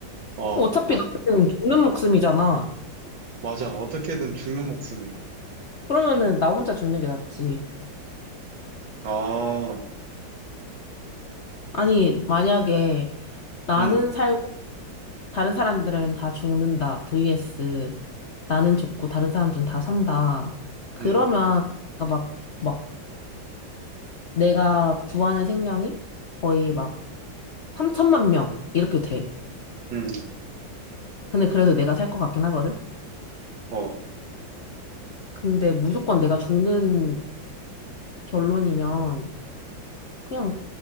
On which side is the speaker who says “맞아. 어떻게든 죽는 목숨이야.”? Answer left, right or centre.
Right